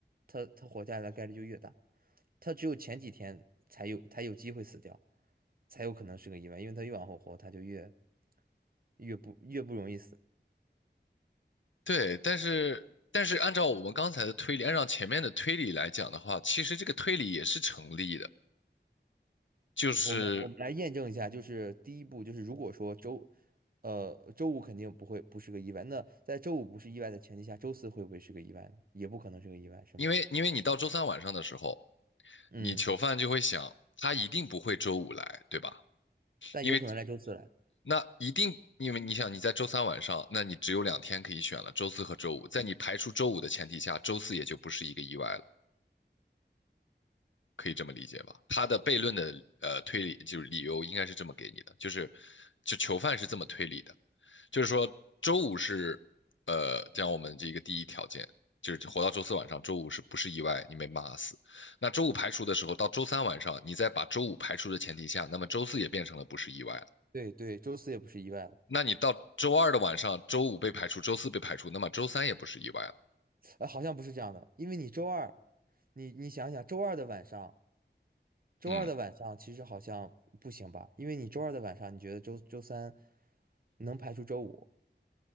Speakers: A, on the right; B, on the left.
A: 他他活下来的概率就越大，他只有前几天才有才有机会死掉，才有可能是个意外，因为他越往后活，他就越越不越不容易死。
B: 对，但是但是按照我们刚才的推理，按照前面的推理来讲的话，其实这个推理也是成立的，就是
A: 我们我们来验证一下，就是第一步就是如果说周呃周五肯定不会不是个意外，那在周五不是意外的前提下，周四会不会是个意外呢？也不可能是个意外，是吗？
B: 因为因为你到周三晚上的时候，
A: 嗯，
B: 你囚犯就会想，他一定不会周五来，对吧？
A: 但有可能来周四来。
B: 因为那一定，因为你想你在周三晚上，那你只有两天可以选了，周四和周五。在你排除周五的前提下，周四也就不是一个意外了。可以这么理解吧？他的悖论的呃推理就是理由应该是这么给你的，就是就囚犯是这么推理的，就是说周五是呃，讲我们这个第一条件，就是活到周四晚上，周五是不是意外你没骂死？那周五排除的时候，到周三晚上，你再把周五排除的前提下，那么周四也变成了不是意外了。
A: 对对，周四也不是意外了。
B: 那你到周二的晚上，周五被排除，周四被排除，那么周三也不是意外了。
A: 呃，好像不是这样的，因为你周二，你你想想，周二的晚上，周二的晚上其实好像不行吧？
B: 嗯，
A: 因为你周二的晚上，你觉得周周三能排除周五，